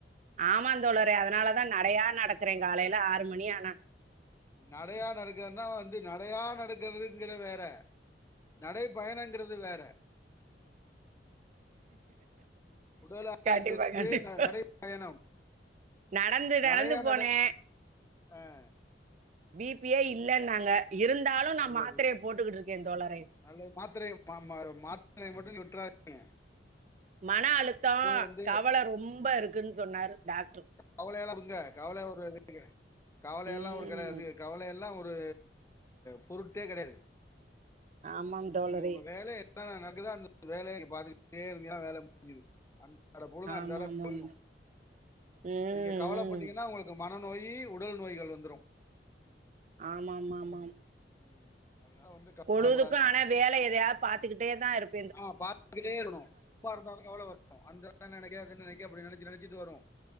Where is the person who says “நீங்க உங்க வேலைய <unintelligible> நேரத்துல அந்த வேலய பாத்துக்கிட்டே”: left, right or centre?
Left